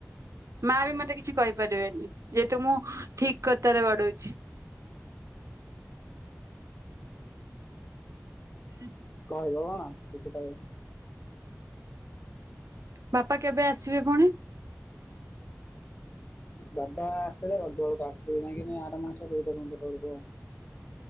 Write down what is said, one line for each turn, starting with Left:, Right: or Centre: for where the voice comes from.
Right: ମା ବି ମତେ କିଛି କହିପାରିବେନି ଯେହେତୁ ମୁଁ ଠିକ୍ କଥାରେ ବଡ଼ଉଛି। <inaudible>
Left: କହିବ ନା କିଛି କହିବନ।
Right: ବାପା କେବେ ଆସିବେ ପୁଣି?
Left: ବାବା ଆସିଥିଲେ ରଜ ବେଳକୁ ଆସିବେ ନାଇଁ ଆର ମାସକୁ ଦୁଇ ତିନି ତାରିଖ ବେଳକୁ।